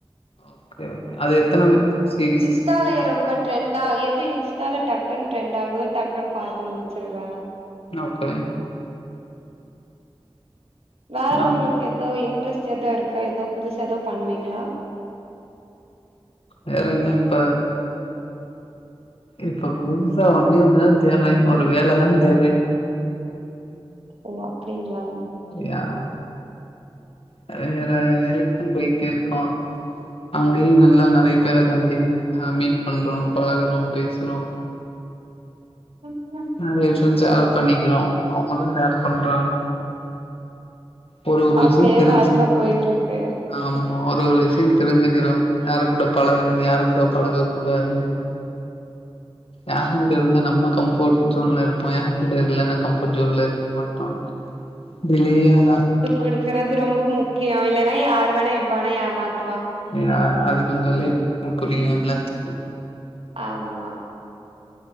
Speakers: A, on the left (about 75°); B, on the right (about 85°).
A: ஓகே ஓகே அது எத்தன வெப் சீரீஸ்
B: இன்ஸ்டால ரொம்ப டிட்ரெண்ட எது இன்ஸ்டால டக்குன்னு டிரரெண்ட் ஆகுதோ டக்குன்னு பாத்து முடிச்சிருவே
A: ஓகே
B: வேற
A: நம்
B: உங்களுக்கு ஏதோ இன்ட்ரெஸ்ட் ஏதோ இருக்கா ஏதோ புதுசா ஏதோ பண்ணுவீங்களா
A: வேறென்ன இப்ப இப்ப புதுசா வண்டி ஒன்னு தா தேட்றே ஒரு வேலதா தேட்றே
B: ஓ அப்டிங்ளா
A: யார் <unintelligible> வந்து போயிட்டே இருக்கோ அங்கியு நல்லா நறையா பேர சந்தி ஐ மீன் பண்றோ பழகுறோ பேசறோ
B: பப்பா
A: நறைய விஷயோ வந்து சேர் பண்ணிக்றோ அவங்களு சேர் பண்றாங்க ஒரு ஒரு
B: அப்டியே
A: விஷயோ தெரிஞ்சுக்கிறோ
B: வாழ்க்க போயிட்டு இருக்கு
A: ஆமா ஒரு ஒரு விஷயோ தெரிஞ்சிக்கிறோ யாரு கூட பழகனு யாரு கூட பழக கூடாது
B: <unintelligible>
A: யாருகிட்ட இருந்தா நம்ம கம்பர்ட் ஜோன்ல இருப்போ யாருகிட்ட இல்லன்னா கஃபர்ட் ஜோன்ல இருக் மாட்டோ டிலேயாதா
B: விடுக்கறது ரொம்ப முக்கியோ இல்லன்னா யார் வேணா எப்ப வேணா ஏமாத்
A: யா அது கொஞ்சொ லேட்டா புரியு எல்லாத்துக்
B: ஆமா